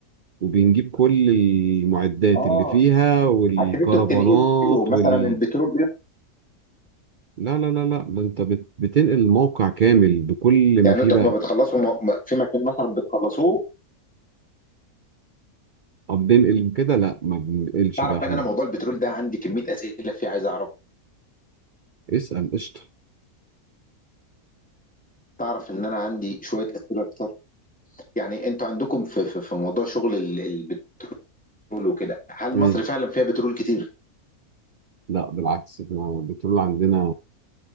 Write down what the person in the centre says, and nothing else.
اه
عشان انتوا بتنقلوا مثلا
البترول بي...
يعني
انتوا
لما بتخلصوا م... م- في مكان مثلا بتخلصوه
تعرف
بقى
ان انا موضوع البترول ده عندي كمية اسئلة فيه عايز اعرف
تعرف ان انا عندي شوية اسئلة كتير يعني انتوا عندكم في في, في موضوع شغل ال- البترول وكده هل
مصر فعلا فيها بترول كتير